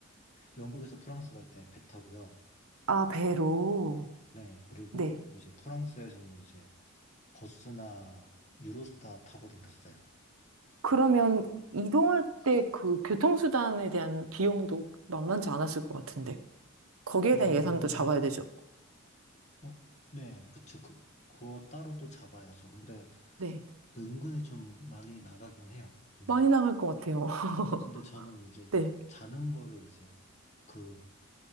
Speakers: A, on the left; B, on the right.
A: 영국에서 프랑스 갈 때 배 타고요.
B: 아, 배로.
A: 네, 그리고
B: 네.
A: 이제 프랑스에서는 이제 버스나 유로스타 타고 댕겼어요.
B: 그러면 이동할 때 그 교통수단에 대한 비용도 만만치 않았을 것 같은데. 거기에
A: 어,
B: 대한 예산도 잡아야 되죠.
A: 어, 네, 그쵸. 그, 그거 따로 또 잡아야죠. 근데
B: 네.
A: 은근히 좀 많이 나가긴 해요, 돈이.
B: 많이 나갈 것 같아요. <laughs>
A: 근데 저는 이제
B: 네.
A: 자는 거를 이제 그